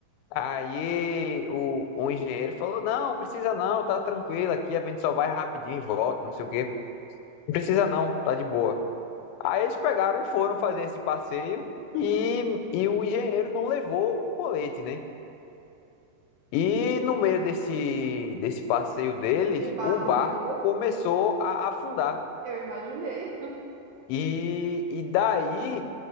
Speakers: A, on the left; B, on the right.
A: Aí o, o engenheiro falou: Não, precisa não, tá tranquilo aqui, a gente só vai rapidinho e volta, não sei o quê. Não precisa não, tá de boa. Aí eles pegaram e foram fazer esse passeio e, e o engenheiro não levou o colete, né? E no meio desse, desse passeio deles,
B: O barco
A: o barco
B: virou,
A: começou a afundar.
B: eu imaginei.
A: E, e daí